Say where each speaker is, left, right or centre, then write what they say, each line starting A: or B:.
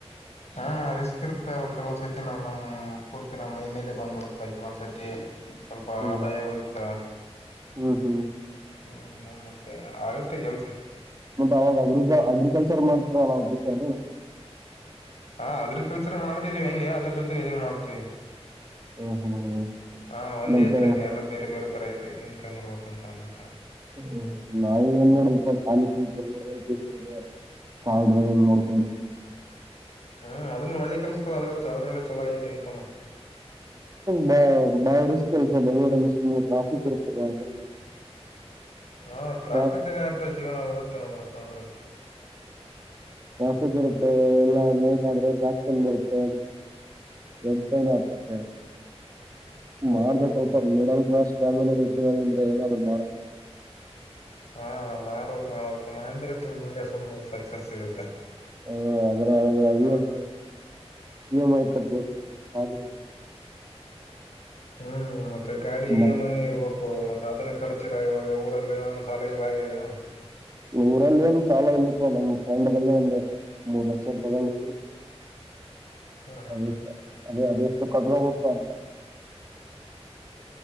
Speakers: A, on the left; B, on the right.
A: ಹಾ ರಿಸ್ಕ್ ಇರ್ತ ಅವ ಕೆಲವೊಂದ್ ಐತಿ ನಾ್ ನಮ್ ಪೂರ್ತಿ ನ ಮೈ ಮೇಲೆ ಬಂದ್ಬಿಡು ತಾಕಿ ಮಸ <unintelligible> ಸ್ವಲ್ಪ
B: ಹ್ಮ್
A: ಆದಾಯ ಉಳಿತಾ
B: ಹ್ಮ್ ಹ್ಮ್
A: ಹ್ಮ್ ಮತ್ತೆ ಆಗತ್ತೆ ಕೆಲ್ಸ
B: ಮತ್ತ ಅವಾಗ ಅಗ್ರಿಕ ಅಗ್ರಿಕಲ್ಚರ್ ಮಾಡ್ತರ ಅವ್ ಬಿಟ್ಟ್ರ ನ
A: ಹಾ ಅಗ್ರಿಕಲ್ಚರ್ ಮಾಡ್ತಿದೀವಿ ಹೆಂಗೆ ಅದ್ರ ಜೊತೆ ಇದನ್ ಮಾಡ್ತೀವಿ
B: ಹ್ಮ್ ಹ್ಮ್ ಹ್ಮ್
A: ಹಾ ಒಂದೇ
B: ಮತ್ತೆ
A: ಇದ್ರಂಗೆ ಎಲ್ಲ ಬೇರೆ ಬೇರೆ ರ ಇ ಇನ್ಕಮ್ ಇರ್ಬೇಕ ಅಂತ ಅಂದ್ಬಿಟ್ಟಾ.
B: ಹ ನಾವು ಏನ್ ಮಾಡಪ್ಪ ಖಾಲಿ ಕು ಏನ್ ಮಾಡ ಕಾರ್ ಡ್ರೈವಿಂಗ್ ನೋಡ್ಕೊಂಡ
A: ಹ್ಮ ಅದನ್ನ ಒಳ್ಳೆ ಕೆಲ್ಸದಾವ ಅದ್ರ ಅದ್ರಲ್ಲ ಚಲೋ ಐತೆ ಇನ್ಕಮ್
B: ಬಾ ಬಾಳ ರಿಸ್ಕ್ ಅಲ್ಸ ಬೆಂಗಗಳೂರಲ್ಲಿ ಸುಮ್ಮ್ ಟ್ರಾಫಿಕ್ ಇರುತ್ತ ಬಾಳ
A: ಹಾ ಟ್ರಾಫಿಕ್ಕಲೆ
B: ಟ್ರಾ
A: ಅರ್ದ ಜೀವ್ನ ಹೋಗುತ್ತೆ ನೋಡು <unintelligible>
B: ತಾಸಕ್ ಇರುತ್ತೆ ಎಲ್ಲಾ ನೈಟ್ ಆದ್ರೆ ದಾಕ್ತನ್ ಬರುತ್ತೆ ಎಡ್ನೆ
A: ಹ್ಮ್
B: <unintelligible>
A: ಹೌದೌದು
B: ಮಾಡ್ಬೇಕಲ್ಪ ಮಿಡಲ್ ಕ್ಲಾಸ್ ಫ್ಯಾಮಿಲಿಲ್ ಂದ್ರೆ ಏನಾದ್ರು ಮಾಡ
A: ಹಾ ಮಾಡ್ಬೇಕಕ್ ಮಾಡ್ಬೇಕಕ್ ಮಾಡಿದ್ರೆ ತುಮ್ ಮುಂದೆ ಸುಮ್ ಸಕ್ಸಸ್ ಸಿಗುತ್ತೆ
B: ಹ ಅದ್ರಗ
A: ಹ
B: E M I E M I ಕಟ್ಬಕು <unintelligible> ಗಾಡಿ ಅದ
A: ಹ್ಮ್ ಮತ್ತೆ ಮತ್ತೆ ಗಾಡಿ ಈ
B: ಮತ್ತೆ
A: ಮನೆ ಇರ್ಬೇಕು ಮತ್ತೆ ಸಾದನ್ನ ಕಡ್ತೀರಾ ಇವಾಗ ಊರಲ್ಲಿ ಏನಾದ್ರು ಸಾಲ ಗೀಲ ಆಗಿದಾ
B: ಊರಲ್ಲೇನ್ ಸಾಲ ಇಲ್ಲಪಾ ನಮ್ಮ್ <inaudible> ಎಲ್ಲ ಒಂದು ಮೂರ್ ಲಕ್ಷ ತಗೊಂಡಿವಿ
A: ಹ್ಮ್ ಹ್ಮ್
B: ಅದೇ ಇಷ್ಟ ಅದೇ ಅದೇ ಇಷ್ಟ ಕಾಡ್ರುಗಪ್ಪ